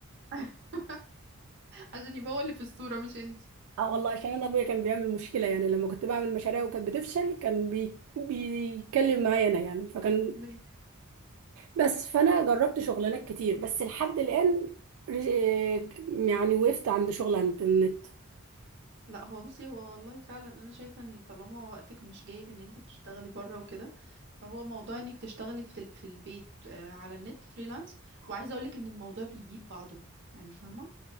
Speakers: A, on the right; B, on the right.
A: <laughs> عشان يبقى هو اللي في الصورة مش أنت
B: <laughs> اه والله عشان انا ابويا كان بيعمل مشكله يعني لما كنت بعمل مشاريع وكانت بتفشل كان بي... بيتكلم معايا انا يعني فكان
A: ماشي.
B: بس فانا جربت شغلانات كتير بس لحد الان رج- يعني وقفت عند شغل عند النت
A: لا هو بصي هو والله فعلا انا شايفه ان طالما وقتك مش جايب ان انت تشتغلي بره وكده فهو موضوع انك تشتغلي في ال- في البيت آه، على النت فريلانس وعايزه اقولك ان الموضوع بيجيب بعضه يعني فاهمه